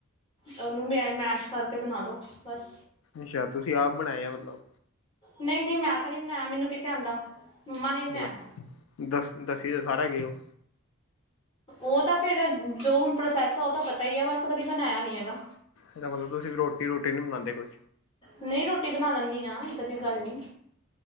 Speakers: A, on the left; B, on the left.
A: ਉਹਨੂੰ ਵੀ ਮੈਸ਼ ਕਰਕੇ ਬਣਾਲੋ ਬਸ।
B: ਅੱਛਾ, ਤੁਸੀਂ ਆਪ ਬਣਾਏ ਆ। ਮਤਲਬ
A: ਨਹੀਂ-ਨਹੀਂ ਮੈਂ ਤਾਂ ਨਹੀਂ ਬਣਾਇਆ। ਮੈਨੂੰ ਕਿੱਥੇ ਆਉਂਦਾ। ਮੰਮਾ ਨੇ ਬਣਾਇਆ
B: ਅ ਲੇ ਦਸ, ਦਸੀ ਦਾ ਸਾਰਾ ਗਏ ਉਹ।
A: ਉਹ ਤਾਂ ਫੇਰ, ਜੋ ਹੁਣ ਪ੍ਰੋਸੈਸ ਆ ਉਹ ਤਾਂ ਪਤਾ ਹੀ ਆ ਬਸ, ਕਦੀ ਬਣਾਇਆ ਨੀ ਹੈਗਾ।
B: ਇਹਦਾ ਮਤਲਬ ਤੁਸੀਂ ਰੋਟੀ- ਰੁਟੀ ਨੀ ਬਨਾਉਂਦੇ ਕੋਈ।
A: ਨਹੀਂ ਰੋਟੀ ਬਣਾ ਲੈਂਦੀ ਆ, ਇੱਦਾਂ ਦੀ ਗੱਲ ਨਹੀਂ।